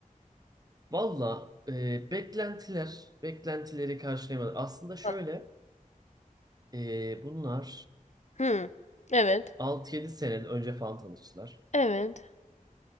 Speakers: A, on the right; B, on the left.
A: Valla e, beklentiler, beklentileri karşılayamadı. Aslında şöyle,
B: Hı.
A: e, bunlar
B: Hı. Evet.
A: 6 yedi sene önce falan tanıştılar.
B: Evet.